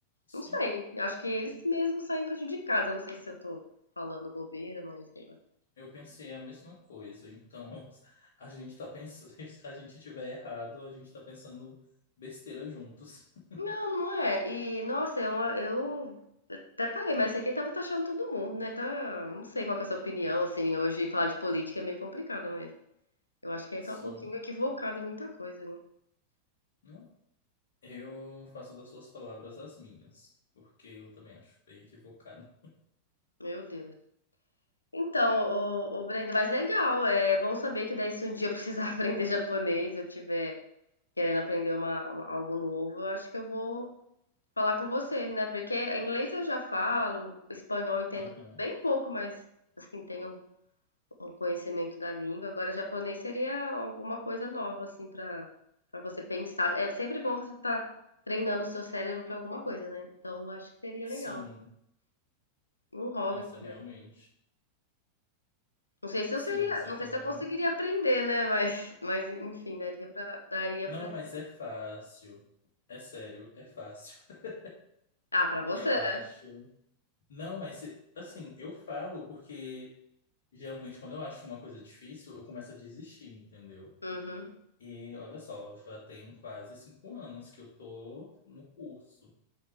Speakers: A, on the left; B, on the left.
A: sim.
B: Não sei. Eu acho que eles mesmos saem prejudicados. Eu não sei se eu tô falando bobeira, mas sei lá.
A: Eu pensei a mesma coisa, então <laughs> a gente tá pensando, <laughs> se a gente tiver errado, a gente tá pensando besteira juntos. <laughs>
B: Não, não é. E, nossa, eu, eu até parei, mas esse aqui tava taxando todo mundo, né? Tá, não sei qual que é a sua opinião, assim, hoje falar de política é meio complicado, mas eu acho que aí
A: Sim.
B: tá um pouquinho equivocado em muita coisa, né?
A: Não, eu faço das suas palavras as minhas, porque eu também acho bem equivocado.
B: Meu Deus. Então, o o Brenda, mas legal, é bom saber que daí se um dia eu precisar <laughs> aprender japonês, eu tiver querendo aprender uma, uma- algo novo, eu acho que eu vou falar com você, né? Porque inglês eu já falo, espanhol eu entendo
A: <laughs> Aham.
B: bem pouco, mas, assim, tenho um conhecimento da língua. Agora, japonês seria alguma coisa nova, assim, para para você pensar. É sempre bom você estar treinando o seu cérebro para alguma coisa, né? Então, eu acho que seria
A: Sim,
B: legal. Um hobby
A: nossa,
B: também.
A: realmente.
B: Não sei se
A: Sim,
B: eu seria,
A: você
B: não
A: falou.
B: sei se eu conseguiria aprender, né? Mas, mas enfim, daria para, daria
A: Não,
B: para.
A: mas é fácil. É sério, é fácil. <laughs>
B: Ah, para você,
A: Eu
B: né?
A: acho. Não, mas assim, eu falo porque geralmente quando eu acho uma coisa difícil, eu começo a desistir, entendeu?
B: Uhum.
A: E olha só, já tem quase cinco anos que eu tô no curso.